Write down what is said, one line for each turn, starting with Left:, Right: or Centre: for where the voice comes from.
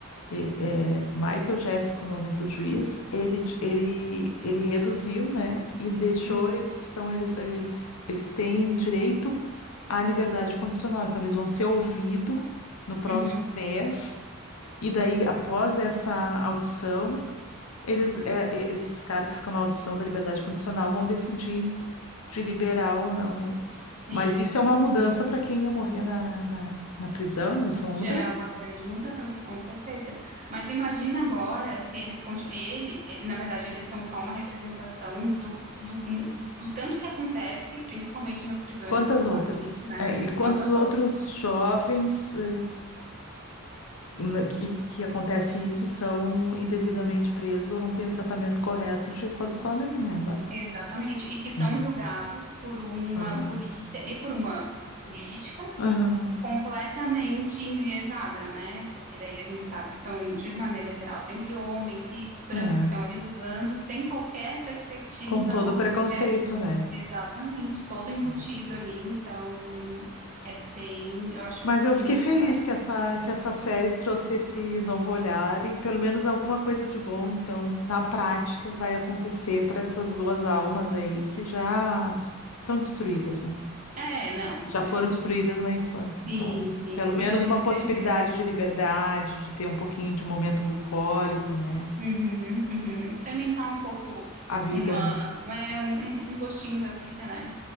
Left: E, é, Michael Jéssico, o nome do juiz, ele, d- ele, ele reduziu, né, e deixou
Right: Uhum,
Left: eles que são, eles, eles, eles têm direito à liberdade condicional, então eles vão ser ouvidos no próximo
Right: uhum.
Left: mês, e daí, após essa audição, eles, é, é, esses caras que ficam na audição da liberdade condicional vão decidir de liberar ou não eles.
Right: Sim,
Left: Mas isso é uma mudança para quem ia morrer na, na, na prisão, isso é uma mudança.
Right: já é uma grande mudança, com certeza. Mas imagina agora se eles, conti- ele, eh, na verdade, eles são só uma representação do, do, mu- do tanto que acontece, principalmente nas prisões
Left: Quantas
Right: dos Estados
Left: outras?
Right: Unidos, né?
Left: É, e quantos
Right: Quantas
Left: outros
Right: outras.
Left: jovens eh, na- que, que acontece isso e são indevidamente presos ou não têm o tratamento correto de acordo com a lei, né, Bárbara?
Right: Exatamente, e que são
Left: Muito.
Right: julgados por uma
Left: Ah,
Right: polícia e por uma política
Left: aham,
Right: completamente enviesada, né? Porque daí a gente sabe que são, de maneira geral, sempre homens ricos, brancos
Left: é, é.
Right: que estão ali julgando sem qualquer perspectiva
Left: Com todo
Right: ou
Left: o preconceito,
Right: só qualquer.
Left: né?
Right: Exatamente, todo embutido
Left: Hum.
Right: ali, então é bem, eu acho
Left: Mas eu fiquei
Right: muito
Left: feliz
Right: complexo.
Left: que essa, que essa série trouxe esse novo olhar e pelo menos alguma coisa de bom, então, na prática, vai acontecer para essas duas almas aí que já estão destruídas, né?
Right: É, não,
Left: já
Right: isso
Left: foram destruídas na infância.
Right: sim,
Left: Então,
Right: sim,
Left: pelo
Right: isso
Left: menos
Right: já se
Left: uma possibilidade
Right: perdeu.
Left: de liberdade, de ter um pouquinho de um momento bucólico, né?
Right: Uhum, uhum. Experimentar um pouco
Left: A vida,
Right: uma,
Left: né?
Right: é, um, um- um gostinho da vida, né?